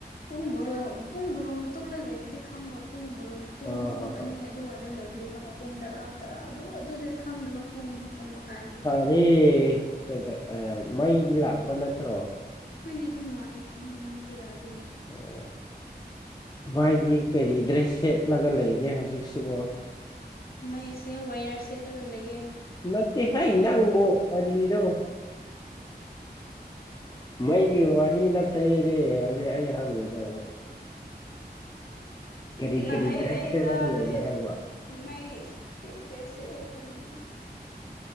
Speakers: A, on the left; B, on the left.
A: ꯄꯨꯡ ꯕꯣꯔꯣ ꯄꯨꯡ ꯕꯣꯔꯣ ꯃꯇꯨꯡꯗ ꯂꯩꯕꯗꯤ ꯈꯪꯕ ꯄꯨꯡ ꯕꯣꯔꯣ ꯃꯠ ꯄꯨꯡ
B: ꯍꯣꯏ
A: ꯄꯨꯡ
B: ꯍꯣꯏ ꯍꯣꯏ
A: ꯑꯅꯤ ꯑꯗꯨꯋꯥꯏꯗ ꯂꯩꯕꯨꯗꯤ ꯈꯪꯉꯛ ꯄꯨꯡ ꯇꯔꯥ ꯇꯔꯥ ꯑꯗꯨ ꯑꯗꯨꯗꯗꯤ ꯈꯪꯗꯕ ꯄꯨꯡ ꯃꯥꯄꯟ ꯃꯈꯥꯏꯗ
B: ꯑꯦ ꯅꯣꯏꯗ ꯃꯩꯗꯤ ꯂꯥꯛꯄ ꯅꯠꯇ꯭ꯔꯣ
A: ꯃꯩꯗꯤ ꯑꯗꯨꯝ ꯂꯥꯛꯑꯦ ꯃꯩ ꯃꯨꯠꯄ ꯌꯥꯗꯦ
B: ꯑꯣ ꯚꯥꯏꯗꯤ ꯀꯔꯤ ꯗ꯭ꯔꯦꯁ ꯁꯦꯠꯂꯒ ꯂꯩꯒꯦ ꯍꯧꯖꯤꯛꯁꯤꯕꯣ
A: ꯃꯩꯁꯦ ꯋꯥꯌꯔ ꯁꯦꯠꯂꯒ ꯂꯩꯌꯦ
B: ꯅꯠꯇꯦꯍꯦ ꯅꯪꯕꯨ ꯀꯔꯤꯔꯣꯕ ꯃꯩꯒꯤ ꯋꯥꯔꯤ ꯅꯠꯇꯦꯅꯦ ꯍꯧꯖꯤꯛ ꯑꯩ ꯍꯪꯉꯤꯗꯣ ꯀꯔꯤ
A: ꯅ
B: ꯀꯔꯤ
A: ꯑꯩ
B: ꯗ꯭ꯔꯦꯁ
A: ꯑꯩ
B: ꯁꯦꯠꯂꯒ
A: ꯇꯥꯕꯗꯤ
B: ꯂꯩꯒꯦ ꯍꯥꯏꯕ
A: ꯃꯩ <unintelligible>